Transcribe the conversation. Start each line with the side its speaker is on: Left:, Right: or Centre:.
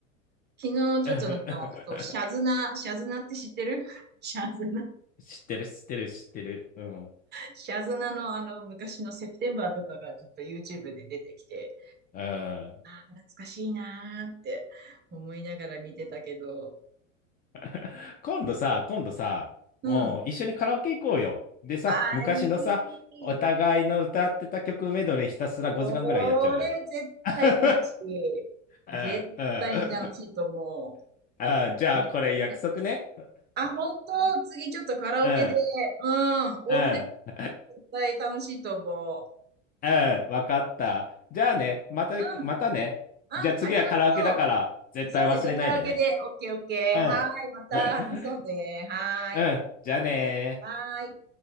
Right: 昨日ちょっとなんか、
Left: <laughs>
Right: そう、シャズナ、シャズナって知ってる <laughs> シャズナ、
Left: 知ってる、知ってる、知ってる。うん。
Right: シャズナのあの昔のセプテンバーとかがちょっと YouTube で出てきて、
Left: うん。
Right: ああ、懐かしいなーって思いながら見てたけど、
Left: <laughs> 今度さ、今度さ、
Right: うん。
Left: もう一緒にカラオケ行こうよ。でさ、
Right: ああ、
Left: 昔のさ、
Right: いい。
Left: お互いの歌ってた曲メドレーひたすら5時間ぐらいやっちゃおうよ。
Right: これ絶対楽しい。
Left: <laughs> うんうん
Right: 絶対に楽しいと思
Left: あ、じゃあこれ約束ね。
Right: う。ねあ、本当、次ちょっとカラオケで、
Left: うん、
Right: うん、オールで
Left: うん。
Right: 絶対楽しいと思う。
Left: うん、わかった。じゃあね、また、
Right: うん、
Left: またね。
Right: あ、
Left: じゃあ次はカラオケだから、
Right: ありがと
Left: 絶対忘れないでね。
Right: う。そうね、じゃあカラオケで、オッケーオッケー。
Left: うん。
Right: はーい、また話そうね。
Left: <laughs>
Right: はーい。
Left: うん、じゃあねー。
Right: はーい。